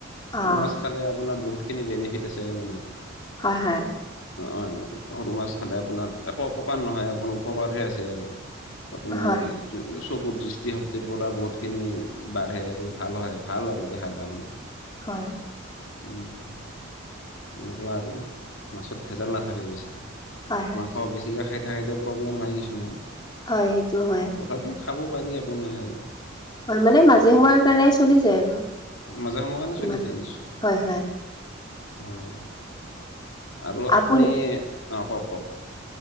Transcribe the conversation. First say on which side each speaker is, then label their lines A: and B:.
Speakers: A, on the left; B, on the left.
A: অ'
B: সৰু মাছ খালে আপোনাৰ বহুত খিনি বেনিফিট আছে মানে।
A: হয় হয়।
B: অ সৰু মাছ খালে আপোনাৰ একো অপকাৰ নহয় আপোনাৰ উপকাৰহে আছে আৰু। আপুনি
A: হয়
B: চকু দৃষ্টিশক্তিৰ পৰা বহুত খিনি বাঢ়ে আৰু ভাল হয় ভাল আৰু দেহাৰ কাৰণে।
A: হয়।
B: উম উম। তেনেকুৱা আৰু মাছত ভেজাল নাথাকে বেছি
A: হয় হয়
B: মাংস বেছিকে খা- খাই থকা কীতা প্ৰব্লেম হয় কিছুমান।
A: হয় সেইটো হয়।
B: তথাপি খাব পাৰি একো নাই আৰু।
A: হয়, মানে মাজে সময়ৰ কাৰণে চলি যায় আৰু।
B: মাজে সময় কাৰণে চলি
A: ইমান
B: যায় নিশ্চয়,
A: হয় হয়
B: হয়। আৰু
A: আপোন
B: আপুনি অ', কওঁক-কওঁক।